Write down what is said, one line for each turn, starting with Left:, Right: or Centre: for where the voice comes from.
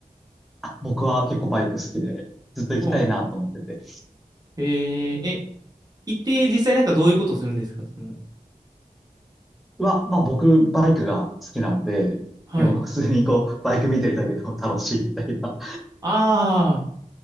Centre: あ、僕は結構バイク好きで、ずっと行きたいなと思ってて。
Right: ほう。へえ、え、行って実際なんかどういうことするんですかその、
Centre: は、まあ僕、バイクが好きなんで、
Right: はい。
Centre: でも普通にこう、バイク見てるだけでも楽しいみたいな。
Right: ああ。